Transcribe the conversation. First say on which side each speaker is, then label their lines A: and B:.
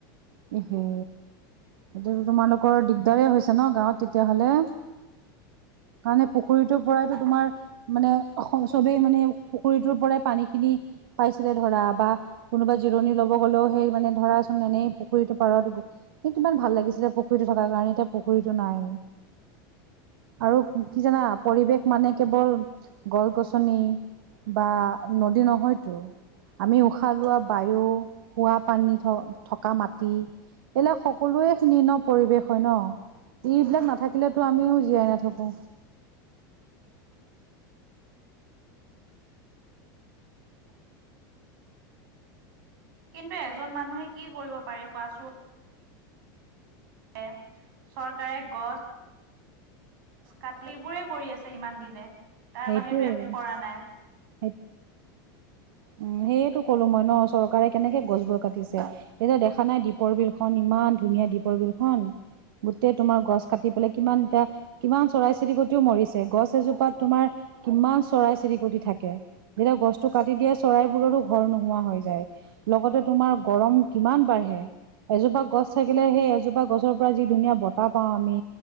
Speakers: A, on the right; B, on the right.
A: <unintelligible> এতিয়াতো তোমালোকৰ দিগদাৰে হৈছে ন' গাঁৱত তেতিয়া হ'লে। কাৰণে পুখুৰীটোৰ পৰাইতো তোমাৰ- মানে চবেই মানে পুখুৰীটোৰ পৰাই পানী খিনি পাইছিলে ধৰা বা কোনোবাই জিৰণি ল'ব- গ'লেও সেই মানে ধৰাচোন এনেই পুখুৰীটো পাৰত- সেই কিমান ভাল লাগিছিলে পুখুৰীতো থকাৰ কাৰণে এতিয়া পুখুৰীটো নাই। আৰু কি জানা পৰিৱেশ মানে কেৱল গছ গছনি বা নদী নহয়তো, আমি উশাহ লোৱা বায়ু খোৱা পানী থ-থকা মাটি এইবিলাক সকলোৱে খিনি ন' পৰিবেশ হয় ন'। এইবিলাক নাথাকিলেতো আমিও জীয়াই নাথাকো।
B: কিন্তু এজন মানুহে কৰিব কোৱাচোন- এ, চৰকাৰে গছ কাটি এইবোৰে কৰি আছে ইমান দিনে তাৰ
A: সেইটোৱে
B: বাহিৰেটো একো কৰা নাই।
A: <inaudible> উমঁ' সেইয়েতো ক'লো মই ন' চৰকাৰে কেনেকে গছবোৰ কাটিছে। এতিয়া দেখা নাই দ্বীপৰ বিলখন ইমান ধুনীয়া দীপৰ বিলখন- গোটেই তোমাৰ গছ কাটি পেলাই কিমান এতিয়া কিমান চৰাই-চিৰিকতিও মৰিছে। গছ এজোপাত তোমাৰ কিমান চৰাই-চিৰিকতি থাকে। যেতিয়া গছটো কাটি দিয়ে চৰাইবোৰৰো ঘৰ নোহোৱা হৈ যায়। লগতে তোমাৰ গৰম কিমান বাঢ়ে। এজোপা গছ থাকিলে সেই এজোপা গছৰ পৰা ধুনীয়া বতাহ পাওঁ আমি,